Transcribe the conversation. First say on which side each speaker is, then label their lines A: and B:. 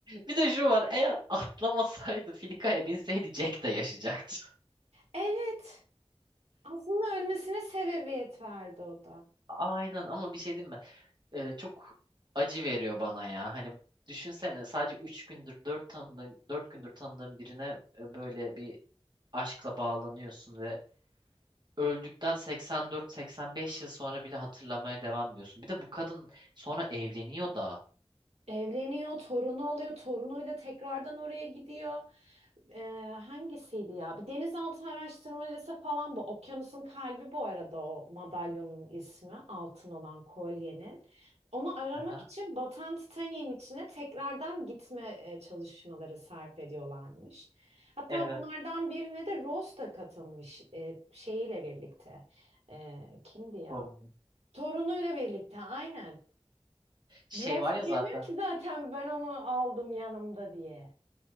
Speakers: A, on the right; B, on the right.
A: Bir de şu var eğer atlamasaydı Filika'ya binseydi Jack de yaşayacaktı.
B: Evet. Aslında ölmesine sebebiyet verdi o da.
A: Aynen ama bir şey diyeyim mi? Ee, çok acı veriyor bana ya. Hani düşünsene sadece 3 gündür 4 tanıdığın 4 gündür tanıdığın birine e, böyle bir aşkla bağlanıyorsun ve öldükten 84-85 yıl sonra bile hatırlamaya devam ediyorsun. Bir de bu kadın sonra evleniyor da.
B: Evleniyor, torunu oluyor, torunuyla tekrardan oraya gidiyor. Ee, hangisiydi ya? Bir denizaltı araştırmacısı falan bu. Okyanusun kalbi bu arada o madalyonun ismi. Altın olan kolyenin. Onu aramak
A: Aha,
B: için batan Titanik'in içine tekrardan gitme e, çalışmaları sarf ediyorlarmış. Hatta
A: evet
B: bunlardan birine de Rose da katılmış e, şeyiyle birlikte. E, kimdi ya?
A: sorun.
B: Torunuyla birlikte aynen.
A: Şey
B: Drop
A: var ya zaten
B: yemiyor ki zaten ben onu aldım yanımda diye.